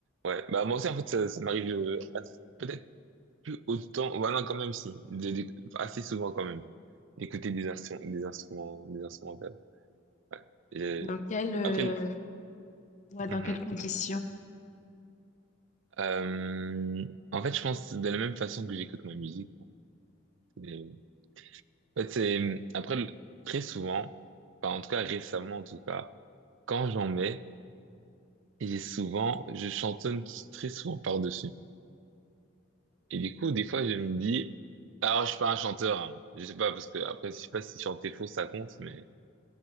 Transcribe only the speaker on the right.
Ouais, bah moi aussi en fait ça, ça m'arrive euh, assez- peut-être plus autant, bah non quand même si, de- de- assez souvent quand même, d'écouter des instruments, des instruments, des instrumentales. Ouais. Et
après,
mhm.
Euh, en fait je pense de la même façon que j'écoute ma musique. Et, en fait c'est après le- très souvent, enfin en tout cas récemment en tout cas. quand j'en mets, j'ai souvent, je chantonne très souvent par-dessus. Et du coup, des fois, je me dis, alors je suis pas un chanteur, hein. Je sais pas, parce que après, je sais pas si chanter faux, ça compte, mais,